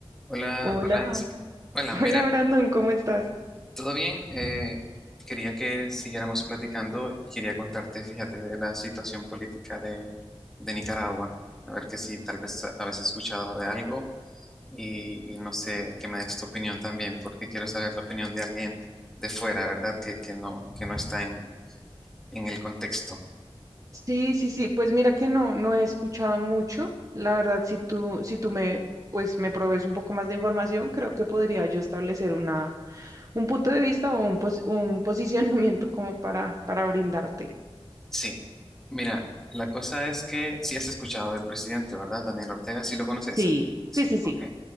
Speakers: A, in the centre; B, on the right (about 35°).
A: Hola,
B: Hola,
A: hola, Jessica. Hola,
B: <laughs> hola
A: mira,
B: Brandon, ¿cómo estás?
A: ¿todo bien? Eh, quería que siguiéramos platicando. Quería contarte, fíjate, de la situación política de, de Nicaragua. A ver que si tal vez habéis escuchado de algo y, y no sé, que me des tu opinión también, porque quiero saber la opinión de alguien de fuera, ¿verdad? Que, que no, que no está en, en el contexto.
B: Sí, sí, sí, pues mira que no, no he escuchado mucho. La verdad, si tú, si tú me, pues me provees un poco más de información, creo que podría yo establecer una, un punto de vista o un, pos- un <laughs> posicionamiento como para, para brindarte.
A: Sí, mira, la cosa es que sí has escuchado del presidente, ¿verdad? Daniel Ortega, sí lo conoces.
B: Sí, sí,
A: Sí,
B: sí, sí.
A: ok.